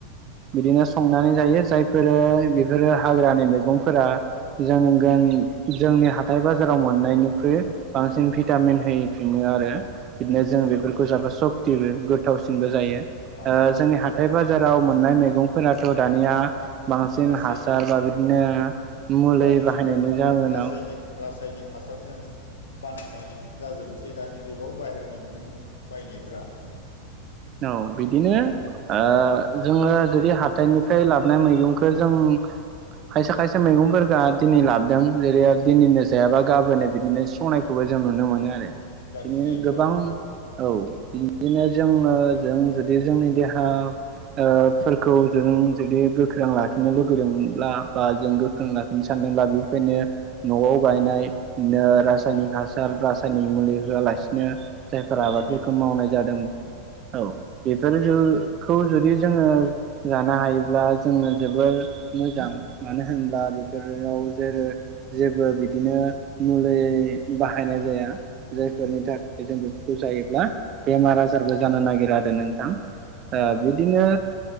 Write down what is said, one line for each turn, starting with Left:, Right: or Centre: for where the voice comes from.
Right: बिदिनो संनानै जायो जायफोरो बेफोरो हाग्रानि मैगंफोरा जों गान जोंनि हा हाथाय बाजाराव मोननायनिख्रुइ बांसिन भिटामिन होफिनो आरो बिदिनो
Left: गोथावसिनबो
Right: जों बेफोरखौ
Left: जायो
Right: जाबाय सक्तिबो गोथावसिनबो जायो
Left: औ
Right: जोंनि हाथाय बाजाराव मोननाय मैगं फोराथ' दानिया बांसिन
Left: रासायनिक
Right: हासार बा बिदिनो मुलि
Left: दानि
Right: बाहायनायनि
Left: जुगाव जोङो
Right: जउोन
Left: रासायनिक रासायनिक हासारजों बानायनाय जाजोबोसै दानि जुगाव बाहेरनि मैगं बायनायफ्रा
Right: औ बिदिनो ओ
Left: औ
Right: जोङो जुदि हाथाइनिफ्राय लाबोनाय मैगंखौ जों खायसे खायसे मैगंफोरखौ दिनै लाबोदों जेरै दिनैनो जायाबा गाबोननो बिदिनो सेवनायखौबो जों नुनो मोनो आरो
Left: गाज्रि
Right: बिदि
Left: जायो
Right: गोबां
Left: औ
Right: औ ओ जों जुदि जोंनि देहा ओ फोरखौ जों जुदि गोख्रों लाखिनो लुुबैदोंब्ला बा जों गोख्रों लाखिनो सान <unintelligible> बेखायनो न'आव गायनायनो रायनिक हासार रासायनिक मुलि होआलासेनो <unintelligible> जायफोर आबादफोरखौ
Left: अर्गानिक
Right: मावनाय जादों औ बेफोर खौ जुदि जोङो जानो हायोब्ला जोङो जोबोर मोजां मानो होनोब्ला होनब्ला बेफोराव जेरै जेबो बिदिनो मुलि बाहायनाय जाया जायफोरनि
Left: उम
Right: थाखाय जों बेफोरखौ जायोब्ला बेमार आजारबो
Left: उम
Right: जानो नागिरा आरो नोंथां
Left: औ
Right: बिदिनो